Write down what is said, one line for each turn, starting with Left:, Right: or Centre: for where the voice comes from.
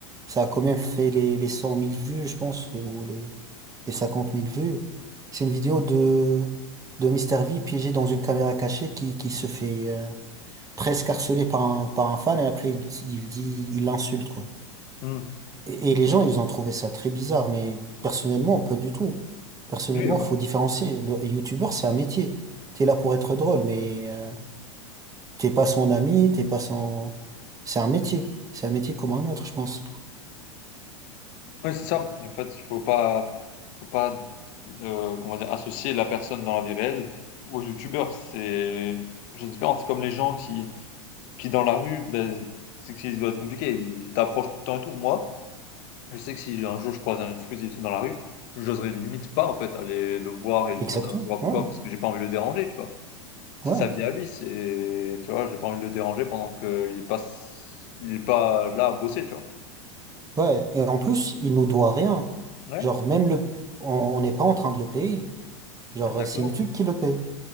Right: Ça a quand même fait les, les cent mille vues, je pense, les, ou les, les cinquante mille vues. C'est une vidéo de, de Mister V piégé dans une caméra cachée qui, qui se fait euh, presque harceler par un, par un fan et après, il, il dit, il l'insulte, quoi.
Left: Hmm.
Right: Et, et les gens, ils ont trouvé ça très bizarre, mais personnellement, pas du tout. Personnellement,
Left: Oui, voilà.
Right: faut différencier. Le youtubeur, c'est un métier. T'es là pour être drôle, mais euh, t'es pas son ami, t'es pas son... C'est un métier. C'est un métier comme un autre, je pense.
Left: Ouais, c'est ça. Et en fait, il faut pas, faut pas heu, comment dire? Associer la personne dans la vie réelle aux youtubeurs. C'est chose différente. C'est comme les gens qui qui dans la rue, ben c'est que ça doit être compliqué, ils t'approchent tout le temps et tout. Moi, je sais que si un jour je croise un Squeezie et tout dans la rue, j'oserais limite pas en fait aller le voir et lui
Right: Exactement.
Left: demander un autographe
Right: Ouais,
Left: ou quoi, parce que j'ai pas envie de le déranger, tu vois? C'est
Right: ouais,
Left: sa vie à lui, c'est tu vois? J'ai pas envie de le déranger pendant qu'il est pas il est pas là à bosser, tu vois?
Right: ouais. Et en plus, il nous doit rien.
Left: Ouais,
Right: Genre, même le... On on n'est pas en train de le payer. Genre,
Left: exactement.
Right: euh, c'est YouTube qui le paye.